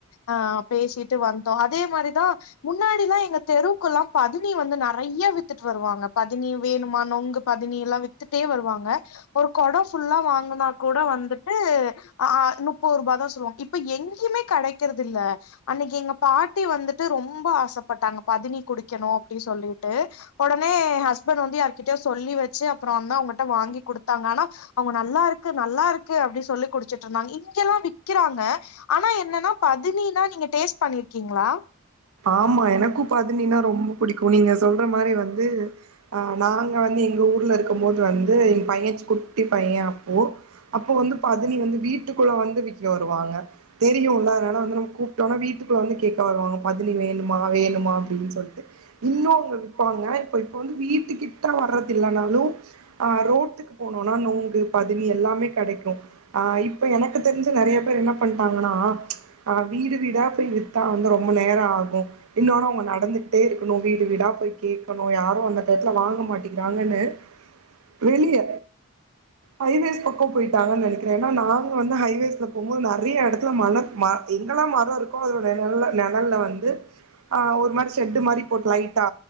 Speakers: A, on the left (about 80°); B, on the right (about 85°).
A: ஆஹ் பேசிட்டு வந்தோ அதே மாரி தா முன்னாடிலா எங்க தெருவுக்குல்லா பதனி வந்து நறையா வித்துட்டு வருவாங்க பதனி வேணுமா நொங்கு பதனி எல்லா வித்துட்டே வருவாங்க ஒரு கொடோ ஃபுல்லா வாங்குனா கூட வந்துட்டு ஆ முப்பது ரூப தா சொல்வாங்க இப்ப எங்கேயுமே கெடைக்கிறதுல்ல அன்னிக்கு எங்க பாட்டி வந்துட்டு ரொம்போ ஆசப்பட்டாங்க பதனி குடிக்கணு அப்டி சொல்லிட்டு ஒடனே ஹஸ்பண்ட் வந்து யாருகிட்டயாது சொல்லி வச்சு அப்றோ வந்து அவங்ககிட்ட வாங்கி குடுத்தாங்க ஆனா அவுங்க நல்லா இருக்கு நல்லா இருக்கு அப்டி சொல்லி குடிச்சுட்ருந்தாங்க இங்கெல்லா விக்கிறாங்க ஆனா என்னனா பதினினா நீங்க டேஸ்ட் பண்ணிருக்கீங்களா
B: ஆமா எனக்கு பதனினா ரொம்ப புடிக்கு நீங்க சொல்ற மாரி வந்து அ நாங்க வந்து எங்க ஊர்ல இருக்கும் போது வந்து என் பைய குட்டி பைய அப்போ அப்போ வந்து பதனி வந்து வீட்டுக்குள்ள வந்து விக்க வருவாங்க தெரியூல அதனால வந்து நம்ம கூப்ட்டோம்னா வீட்டுக்குள்ள வந்து கேட்க வருவங்க பதினி வேணுமா வேணுமா அப்டின்னு சொல்ட்டு இன்னும் அவங்க விப்பாங்க இப்ப இப்ப வந்து வீட்டு கிட்ட வர்றது இல்லனாலும் அஹ் ரோட்டுக்கு போனோனா நுங்கு பதினி எல்லாமே கெடைக்கு ஆஹ் இப்ப எனக்கு தெரிஞ்சு நெறைய பேர் என்ன பண்ட்டாங்கன்னா ச்சு அஹ் வீடு வீடா போய் வித்தா வந்து ரொம்ப ரொம்ப நேரோ ஆகும் இன்னொன்னு அவங்க நடந்துகிட்டே இருக்கணும் வீடு வீடா போய் கேக்கணு யாரும் அந்தத்துல வாங்க மாட்டிங்கரான்னு வெளிய ஹாய் வேஸ் பக்கம் போய்ட்டாங்கன்னு நெனைக்கறேன் ஏன்னா நாங்க வந்து ஹாய் வேஸ்ல போம்போது நெறைய எடத்துல மல ம எங்கெல்லா மரோ இருக்கோ அதோட நெழல்ல நெழல்ல வந்து அஹ் ஒரு மாரி ஷெட்டு மாரி போட்டு லைட்டா